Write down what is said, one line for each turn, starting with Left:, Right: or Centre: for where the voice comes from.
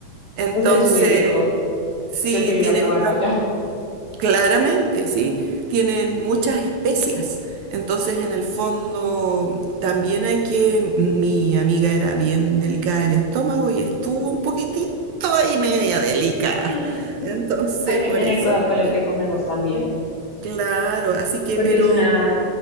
Right: Entonces,
Left: Pues es muy rico.
Right: sí,
Left: Yo quiero ir
Right: tiene
Left: a probarlo
Right: bastante,
Left: allá.
Right: claramente, sí, tienen muchas especias. Entonces, en el fondo, también hay que, mi amiga era bien delicada del estómago y estuvo un poquitito y media delicada.
Left: <laughs>
Right: Entonces,
Left: Hay que
Right: por
Left: tener
Right: eso...
Left: cuidado
Right: es
Left: con lo
Right: que
Left: que comemos también,
Right: Claro, así que,
Left: porque
Right: pero
Left: es una